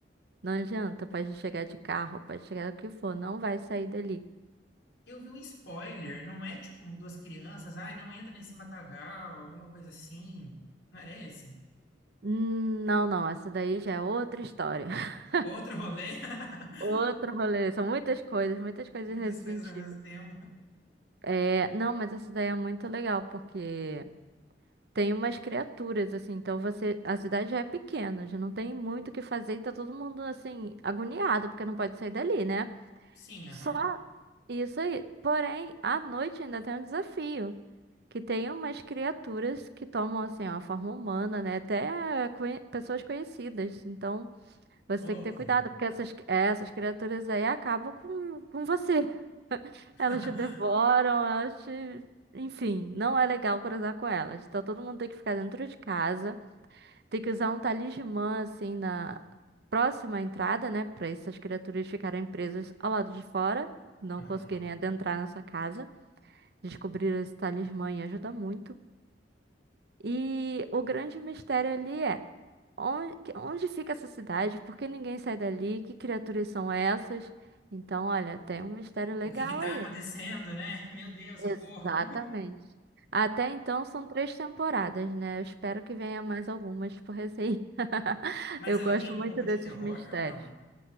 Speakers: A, on the right (about 65°); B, on the left (about 80°).
A: Não adianta, pode chegar de carro, pode chegar o que for, não vai sair dali.
B: Eu vi um spoiler, não é tipo duas crianças, ai, não entra nesse matagal, alguma coisa assim. Não era esse?
A: Hum, Não, não, essa daí já é outra história. <laughs>
B: Outro rolê? <laughs>
A: Outro rolê, são muitas coisas, muitas coisas
B: Muitas
A: nesse
B: coisas
A: sentido.
B: ao mesmo tempo.
A: É, não, mas essa daí é muito legal, porque Tem umas criaturas, assim, então você. A cidade já é pequena, já não tem muito o que fazer e tá todo mundo, assim, agoniado, porque não pode sair dali, né?
B: Sim,
A: Só
B: aham.
A: isso aí. Porém, à noite ainda tem um desafio. Que tem umas criaturas que tomam, assim, ó, a forma humana, né? Até conhe- pessoas conhecidas. Então, você
B: Ô,
A: tem
B: louco.
A: que ter cuidado, porque essas, é, essas criaturas aí acabam com, com você. <laughs>
B: <laughs>
A: Elas te devoram, elas te. Enfim, não é legal cruzar com elas. Então, todo mundo tem que ficar dentro de casa. Tem que usar um talismã, assim, na próxima entrada, né? Pra essas criaturas ficarem presas ao lado de fora, não
B: Aham.
A: conseguirem adentrar na sua casa. Descobrir esse talismã e ajuda muito. E o grande mistério ali é onde, onde fica essa cidade? Por que ninguém sai dali? Que criaturas são essas? Então, olha, tem um mistério legal
B: O que que tá
A: aí.
B: acontecendo, né? <laughs> Meu Deus,
A: Exatamente.
B: socorro.
A: Até então são três temporadas, né? Eu espero que venha mais algumas por aí. <laughs>
B: Mas
A: Eu
B: ela
A: gosto
B: tem um
A: muito
B: pouco de
A: desses
B: terror
A: mistérios.
B: ou não?